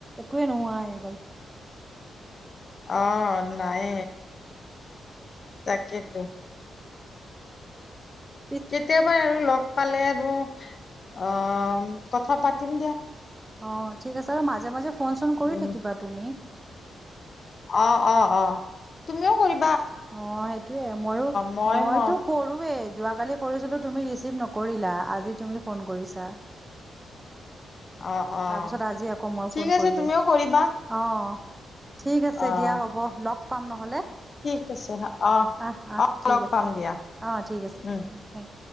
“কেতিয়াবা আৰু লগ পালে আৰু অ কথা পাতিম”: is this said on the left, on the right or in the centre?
Left